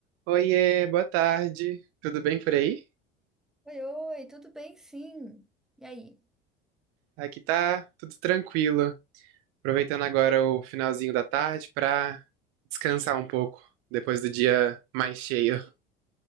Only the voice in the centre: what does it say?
Oi, oi, tudo bem? Sim. E aí?